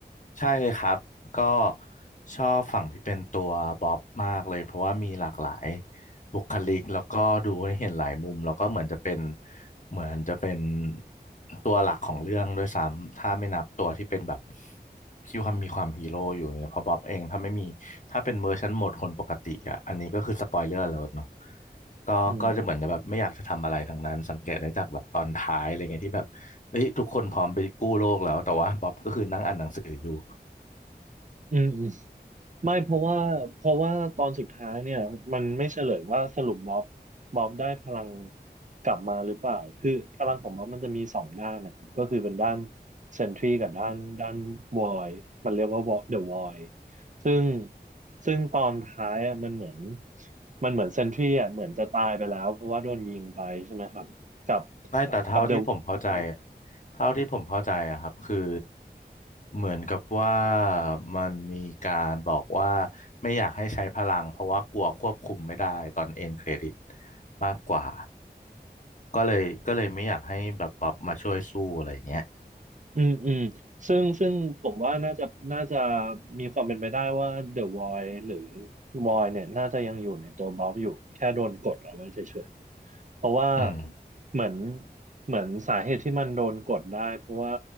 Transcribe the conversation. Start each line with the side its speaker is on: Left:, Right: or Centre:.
Left: ใช่เลยครับก็ชอบฝั่งที่เป็นตัวบ๊อบมากเลยเพราะว่ามีหลากหลายบุคลิกแล้วก็ดูให้เห็นหลายมุมแล้วก็เหมือนจะเป็นเหมือนจะเป็นตัวหลักของเรื่องด้วยซ้ำถ้าไม่นับตัวที่เป็นแบบที่ความมีความฮีโร่อยู่เนี่ยเพราะบ๊อบเองถ้าไม่มีถ้าเป็นเวอร์ชันโหมดคนปกติอ่ะอันนี้ก็คือสปอยเลอร์เลยเนาะก็ก็จะเหมือนจะแบบไม่อยากจะทำอะไรทั้งนั้นสังเกตได้จากแบบตอนท้ายอะไรเงี้ยที่แบบเฮ้ยทุกคนพร้อมไปกู้โลกแล้วแต่ว่าบ๊อบก็คือนั่งอ่านหนังสืออยู่
Right: อืมอืมอืมไม่เพราะว่าเพราะว่าตอนสุดท้ายเนี่ยมันไม่เฉลยว่าสรุปม็อบม็อบได้พลังกลับมาหรือเปล่าคือพลังของม็อบมันจะมีสองด้านนะครับก็คือเป็นด้านเซนทรีกับด้านด้านวอยมันเรียกว่าวอเดอะวอยซึ่งซึ่งตอนท้ายอ่ะมันเหมือนมันเหมือนเซนทรีอ่ะเหมือนจะตายไปแล้วเพราะว่าโดนยิงไปใช่ไหมครับกับ
Left: ไม่แต่เท่าที่ผมคเข้ารับใจผม
Right: กับเดอะ
Left: เท่าที่ผมเข้าใจอะครับคือเหมือนกับว่ามันมีการบอกว่าไม่อยากให้ใช้พลังเพราะว่ากลัวควบคุมไม่ได้ตอนเอ็นเครดิตมากกว่าก็เลยก็เลยไม่อยากให้แบบบัฟมาช่วยสู้อะไรอย่างเงี้ย
Right: อืมอืมซึ่งซึ่งผมว่าน่าจะน่าจะมีความเป็นไปได้ว่า The Void หรือ Void เนี่ยน่าจะยังอยู่ในตัวบ๊อบอยู่แค่โดนกดเอาไว้เฉยๆเพราะว่า
Left: อืม
Right: เหมือนเหมือนสาเหตุที่มันโดนกดได้เพราะว่า